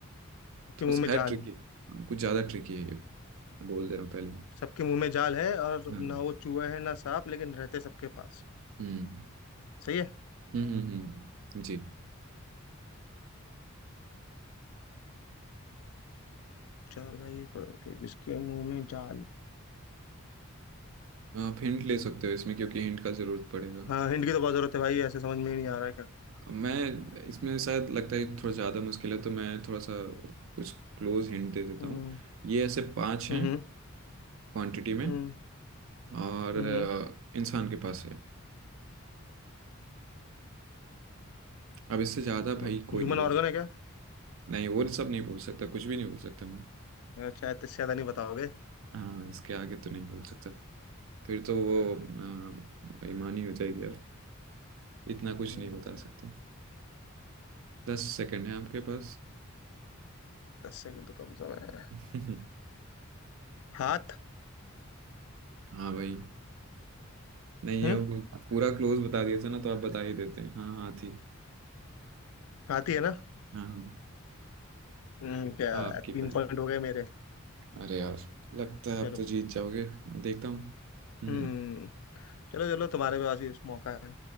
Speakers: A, on the left; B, on the right.
A: सबके
B: थोड़ा
A: मुंह
B: सा
A: में
B: है
A: जाल
B: ट्रिकी कुछ ज्यादा ट्रिकी है ये मैं बोल दे रहा हूँ पहले ही।
A: सबके मुंह में जाल है और
B: हाँ
A: ना वो चूहा है ना सांप लेकिन रहते सबके पास
B: हम्म
A: सही है
B: हम्म हम्म हम्म, जी
A: चार भाई एक रंग के जिसके मुंह में जाल
B: आप हिंट ले सकते हो इसमें क्योंकि हिंट का ज़रूरत पड़ेगा
A: हाँ हिंट की तो बहुत जरूरत है भाई ऐसे समझ में ही नहीं आ रहा है क्या
B: मैं इसमें शायद लगता है कि थोड़ा ज़्यादा मुश्किल है तो मैं थोड़ा सा कुछ क्लोज हिंट दे देता
A: हम्म
B: हूँ ये ऐसे पांच
A: हम्म
B: हैं क्वांटिटी में
A: हम्म
B: और
A: हम्म
B: अ, इंसान के पास है अब इससे ज़्यादा भाई
A: ह्यूमन
B: कोई नहीं बोल
A: ऑर्गन
B: सकता
A: है क्या
B: नहीं वो सब नहीं बोल सकता कुछ भी नहीं बोल सकता मैं
A: अच्छा इतने ज्यादा नहीं बताओगे
B: हाँ इसके आगे तो नहीं बोल सकता फिर तो वो अ, बेईमानी हो जाएगी यार इतना कुछ
A: हम्म,
B: नहीं बता सकते दस सेकंड है आपके पास
A: दस सेकंड तो कम समय है
B: <laughs>
A: हाथ
B: हाँ भाई नहीं
A: हम्म
B: अब पूरा क्लोज बता दिया था ना तो आप बता ही देते हैं हाँ हाँ थी
A: हाथ ही है ना
B: हाँ हाँ
A: हम्म क्या
B: हाँ, आपकी
A: तीन
B: पारी
A: पॉइंट हो गए मेरे
B: अरे यार लगता है
A: चलो
B: आप तो जीत जाओगे देखता हूँ हम्म
A: हम्म चलो चलो तुम्हारे पास भी मौका है